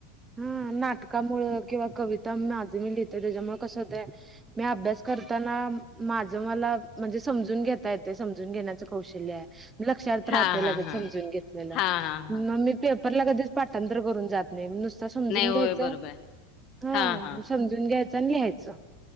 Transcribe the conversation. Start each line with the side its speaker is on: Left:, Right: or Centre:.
Right: हा नाटकामुळ किंवा कविता माझे मी लिहितो त्याच्यामुळे कस होत मी अभ्यास करताना माझ मला म्हणजे समजून घेता येते समजून घेण्याच कौशल्य आहे लक्षात
Left: हां,
Right: राहते
Left: हां,
Right: लगेच
Left: हां.
Right: समजून घेतलेलं
Left: हां, हां, हां.
Right: म मी पे परला कधीच पाठांतर करून जात नाही समजून
Left: नाही
Right: घ्यायच
Left: होय, बरोबर आहे.
Right: हा
Left: हां, हां.
Right: समजून घ्याच चांगले आहेत. च.